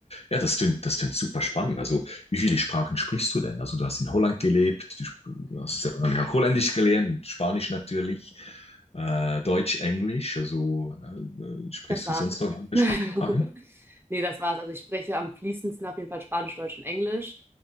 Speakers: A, on the left; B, on the right.
A: Ja, das klingt, das klingt super spannend. Also, wie viele Sprachen sprichst du denn? Also, du hast in Holland gelebt, du sp- hast ja wahrscheinlich auch Holländisch gelernt, Spanisch natürlich, äh, Deutsch, Englisch. Also, äh, äh, sprichst
B: das war's.
A: du sonst noch andere
B: <laughs>
A: Sprachen?
B: Nee, das war's. Also ich spreche am fließendsten auf jeden Fall Spanisch, Deutsch und Englisch.